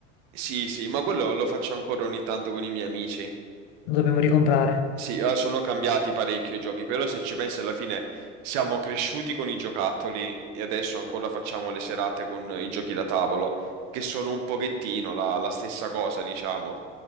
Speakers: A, on the right; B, on the left.
A: sì, sì, ma quello lo faccio ancora ogni tanto con i miei amici.
B: lo dobbiamo ricomprare.
A: Sì, eh, sono cambiati parecchio i giochi, però se ci pensi alla fine siamo cresciuti con i giocattoli e adesso ancora facciamo le serate con i giochi da tavolo, che sono un pochettino la, la stessa cosa, diciamo,